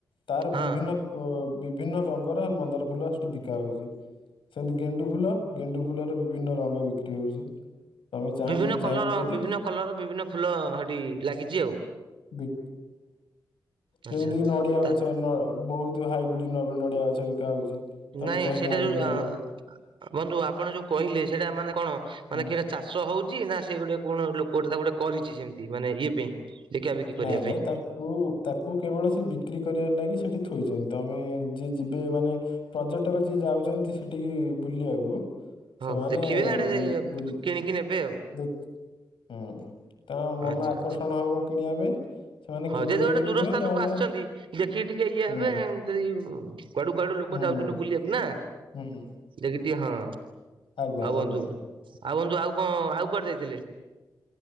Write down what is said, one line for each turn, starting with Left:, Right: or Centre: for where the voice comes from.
Left: ତାର
Right: ହଁ।
Left: ବିଭିନ୍ନ ବିଭିନ୍ନ ରଙ୍ଗର ମନ୍ଦାର ଫୁଲ ସେଠି ବିକା ହଉଛି ସେମିତି ଗେଣ୍ଡୁ ଫୁଲ ଗେଣ୍ଡୁ ଫୁଲର ବିଭିନ୍ନ ରଙ୍ଗ ବିକ୍ରି ହେଉଛି ତମେ ଚାଣିବ
Right: ବିଭିନ୍ନ
Left: ଚାହିଁବ
Right: କଲର
Left: ଯଦି
Right: ବିଭିନ୍ନ କଲର ର ବିଭିନ୍ନ ଫୁଲ ସେଠି ଲାଗିଛି ଆଉ।
Left: ହୁଁ
Right: ଆଚ୍ଛା।
Left: ଯେମିତିକ ନଡିଆ
Right: ତା
Left: ଗଛ ବହୁତ ହାଇବ୍ରିଡ ନଡିଆ ଗଛ ବିକା ହଉଛି ତମେ
Right: ନାଇଁ
Left: ଚାହିଁଲେ
Right: ସେଇଟା
Left: ଆଣିପାରିବ
Right: ଯୋଉ ଆ ଆପଣ ଯୋଉ କହିଲେ ସେଇଟା ମାନେ କଣ
Left: ହୁଁ
Right: ମାନେ କିଟା ଚାଷ ହଉଛି ନା ସେ ଗୋଟେ କଣ ଲୋକୋଟେ ତାକୁ ଗୋଟେ କରିଛି ସେମିତି ମାନେ ଇଏ ପାଇଁ ବିକା ବିକି କରିବା
Left: ନାଇଁ ନାଇଁ
Right: ପାଇଁ
Left: ତା କୁ ତାକୁ କେବଳ ସେ ବିକ୍ରି କରିବାର ଲାଗି ସେଠି ଥୋଇଛନ୍ତି। ତମେ ଯିଏ ଯିବେ ମାନେ ପର୍ଯ୍ୟଟକ ଯିଏ ଯାଉଛନ୍ତି ସେଠିକି ବୁଲିବାକୁ
Right: ହଉ
Left: ସେମାନେ
Right: ଦେଖିବେ ଆଡେ
Left: ବୁଲି ବୁଲି
Right: କିଣିକି ନେବେ ଆଉ
Left: ଦେଖ ହୁଁ ତ ମନ
Right: ଆଚ୍ଛା
Left: ଆକର୍ଷଣ
Right: ଆଚ୍ଛା
Left: ହବ। କିଣିବା ପାଇଁ ସେମାନେ
Right: ହଁ
Left: କିଣିବେ
Right: ଯଦି ଗୋଟେ ଦୂର
Left: କିଣିବେ
Right: ସ୍ଥାନକୁ
Left: ନହେଲେ
Right: ଆସିଛନ୍ତି ଦେଖିକି ଟିକେ ଇଏ ହେବେ
Left: ହୁଁ
Right: ଯଦି କୁଆଡୁ କୁଆଡୁ ଲୋକ
Left: ହୁଁ
Right: ଯାଉଛନ୍ତିଛନ୍ତି ବୁଲିବାକୁ ନା
Left: ହୁଁ
Right: ଦେଖି ଟିକେ ହଁ
Left: ଆଜ୍ଞା
Right: ହଉ
Left: ଆଜ୍ଞା
Right: ବନ୍ଧୁ ଆଉ ବନ୍ଧୁ ଆଉ କଣ ଆଉ କୁଆଡେ ଯାଇଥିଲେ?